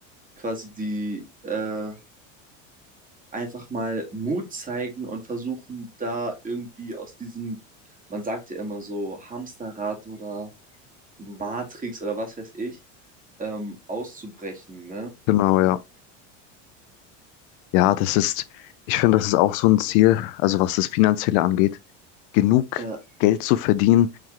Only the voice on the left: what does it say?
Genau, ja. Ja, das ist, ich finde, das ist auch so ein Ziel, also was das Finanzielle angeht, genug
Geld zu verdienen,